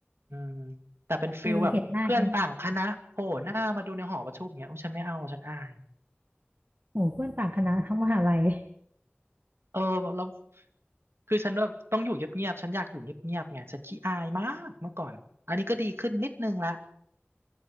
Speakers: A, on the right (about 70°); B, on the right (about 50°).
A: อืมแต่เป็นฟิลแบบเพื่อนต่างคณะโผล่หน้ามาดูในหอประชุมเงี้ยโอ้ฉันไม่เอาฉันอาย
B: เออเห็นหน้ากันมาโหเพื่อนต่างคณะทั้งมหาลัย
A: เออแล้วคือฉันแบบต้องอยู่เงียบๆฉันอยากอยู่เงียบๆไงฉันขี้อายมากเมื่อก่อนอันนี้ก็ดีขึ้นนิดนึงละ